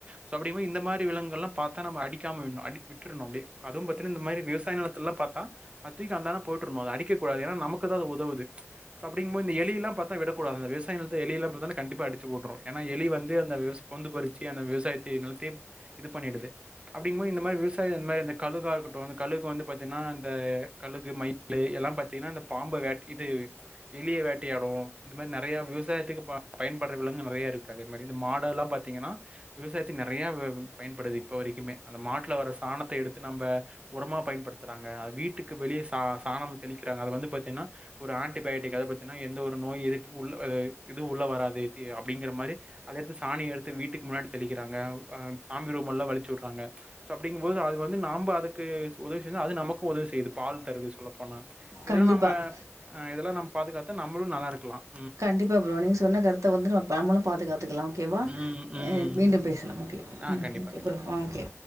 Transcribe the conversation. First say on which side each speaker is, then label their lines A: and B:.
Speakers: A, on the right; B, on the right.
A: சோ அப்படிங்கும் போது இந்த மாதிரி விலங்குகலாம் நாம பார்த்தா அடிக்காம விடனும் விட்டுரனும் அப்படியே அதுவும் பாத் இந்த மாரி விவசாய நெலத்தெல்லா பாத்தா அதிக அந்தான போட்டறணு அத அடிக்கூடாது. ஏன்னா? நமக்கு தா அது உதவுது சோ அப்டிங்கும்போது இந்த எலியெல்லா பாத்தா விடக்கூடாது இந்த விவசாய நெலத்த எலியெல்லா பாத்தா கண்டிப்பா அடிச்சு போட்டரு ஏனா எலி வந்து அந்த விவசாய பொந்து பறிச்சு அந்த விவசாயத்தே நெலத்தியே இது பண்ணிடுது அப்டிங்கும் போது இந்த மாரி விவசாயத் இந்த மாரி கழுகா இருக்கட்டு அப்புறோ வந்து கழலுகு வந்து பாத்தீனா அந்த கழுகு மயிலு எல்லா பாத்தீனா இந்த பாம்பு வேட்டை இது எலிய வேட்டையாடு இந்த மாரி நெறைய விவசாயத்துக்கு பயன் பயன்படுற விலங்கு நறைய இருக்கு அதே மாரி இந்த மாடல்லா பாத்தீங்கன்னா விவசாயத்துக்கு நெறையா வ்வ் பயன்படுது இப்ப வரிக்குமே அந்த மாட்டுல வர சாணத்தை எடுத்து நம்ப உரமா பயன்படுத்துறாங்க அது வீட்டுக்கு வெளியே சா சாணம் தெளிக்கறாங்க அதை வந்து பாத்தீனா ஒரு ஆன்டிபயோட்டிக் அதை ப்த்தீன்னா எந்த ஒரு நோய் எதிர்ப்பு உள்ள இதுவும் உள்ள வராது அப்படிங்கிற மாரி அதை எடுத்து சாணிய எடுத்து வீட்டுக்கு முன்னாடி தெளிக்கிறாங்கஹ சாமி ரூம்மெலாம் வலிச்சு வுடுறாங்க சோ அப்படிங்கும்போது அது வந்து நாம்ப அது அதுக்கு உதவி செய்தா அது நமக்கு உதவி செய்யுது பால் தருது சொல்லப்போன இதெல்லா
B: கண்டிப்பாக
A: நம்ம அ இதெல்லா நம் பாதுகாத்தா நம்பளு நல்லா இருக்கலா
B: கண்டிப்பா ப்ரோ நீங்க சொன்ன கருத்த வந்து நம் நம்மளும் பாதுகாத்துக்கலா ஓகேவா?
A: ம், ம்.
B: அ மீண்டும் பேசலாம். ஓகே
A: ஆ
B: ம்
A: கண்டிப்பா,
B: ஓகே
A: கண்டிப்பா.
B: ப்ரோ ம் ஓகே